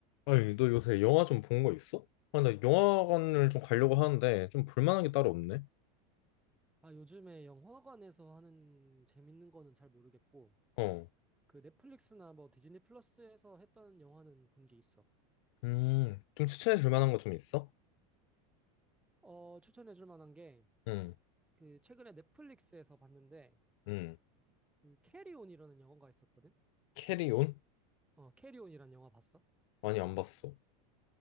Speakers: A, on the left; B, in the centre.
A: 아니, 너 요새 영화 좀 본 거 있어? 아, 나 영화관을 좀 가려고 하는데 좀 볼 만한 게 따로 없네.
B: 아, 요즘에 영화관에서 하는 재밌는 거는 잘 모르겠고,
A: 어.
B: 그 넷플릭스나 뭐 디즈니 플러스에서 했던 영화는 본 게 있어.
A: 음, 좀 추천해 줄 만한 거 좀 있어?
B: 어, 추천해 줄 만한 게,
A: 응.
B: 그 최근에 넷플릭스에서 봤는데,
A: 응.
B: 그 캐리온이라는 영화가 있었거든?
A: 캐리온?
B: 어, 캐리온이란 영화 봤어?
A: 아니, 안 봤어.